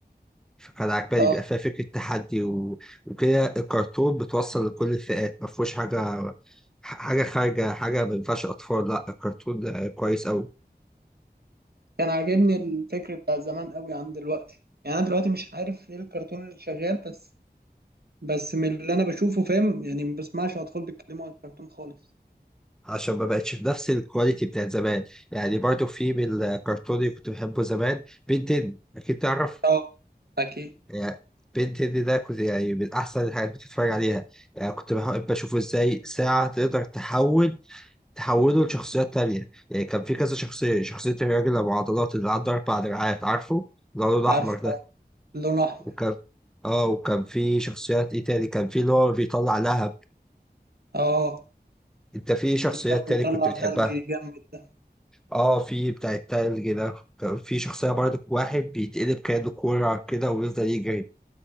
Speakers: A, in the centre; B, on the right.
A: فكان عجباني
B: اه
A: بيبقى فيها فكرة تحدي و... وكده الكرتون بتوصل لكل الفئات ما فيهوش حاجة حاجة خارجة حاجة ما ينفعش أطفال لا الكرتون كويس أوي
B: كان عاجبني الفكر بتاع زمان قوي عن دلوقتي يعني انا دلوقتي مش عارف ايه الكرتون اللي شغال بس بس من اللي انا بشوفه فاهم يعني ما بسمعش اطفال بيتكلموا عن الكرتون خالص
A: عشان ما بقتش بنفس الكواليتي بتاع زمان يعني برضو في من الكرتون اللي كنت بحبه زمان بنتين أكيد تعرف
B: اه اكيد
A: يعني بنتين ده كنت يعني من أحسن الحاجات اللي كنت بتتفرج عليها يعني كنت بحب أشوفه إزاي ساعة تقدر تحول تحولوا لشخصيات تانية يعني كان في كذا شخصية شخصية الراجل أبو عضلات اللي عنده أربع دراعات عارفه اللي هو لونه
B: عارف
A: أحمر ده
B: لون احمر
A: وكان اه وكان في شخصيات ايه تاني كان في اللي هو بيطلع لهب
B: اه
A: انت في شخصيات
B: واللي كان بيطلع
A: تاني كنت بتحبها
B: تلج جامد ده
A: اه في بتاع التلج ده كان في شخصية برضه واحد بيتقلب كأنه كورة كده ويفضل يجري